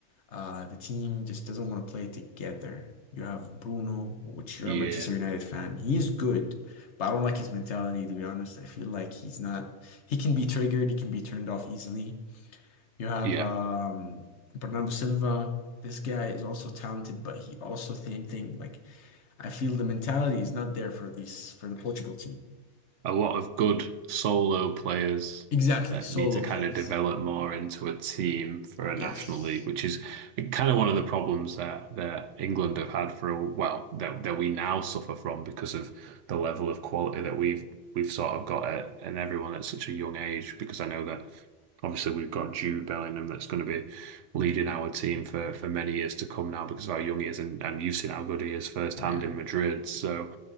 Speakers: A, on the left; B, on the right.
A: uh, the team just doesn't want to play together. You have Bruno, which you're
B: Yeah.
A: a Manchester United fan. He's good, but I don't like his mentality, to be honest. I feel like he's not, he can be triggered, he can be turned off easily. You have
B: Yeah.
A: um, Bernardo Silva. This guy is also talented, but he also same thing. Like I feel the mentality is not there for these for the Portugal team.
B: a lot of good solo players
A: Exactly,
B: that
A: solo
B: need to kind
A: players.
B: of develop more into a team for a
A: Yes.
B: national league, which is kind of one of the problems that that England have had for a well that that we now suffer from because of the level of quality that we've we've sort of got at and everyone at such a young age. Because I know that obviously we've got Jude Bellingham that's going to be leading our team for for many years to come now because of how young he is and, and you've seen how good he is firsthand
A: Yeah.
B: in Madrid. So.